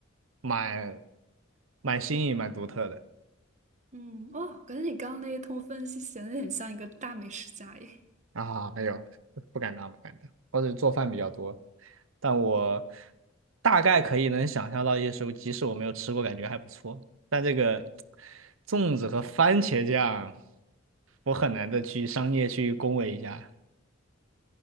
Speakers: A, on the right; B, on the right.
A: 蛮蛮新颖，蛮独特的。
B: 嗯，哇，感觉你刚刚那一通分析显得很像一个大美食家耶。
A: 啊，没有，不敢当，不敢当。或者做饭比较多，但我大概可以能想象到一些食物，即使我没有吃过，感觉还不错。但这个粽子和番茄酱，我很难的去商业去恭维一下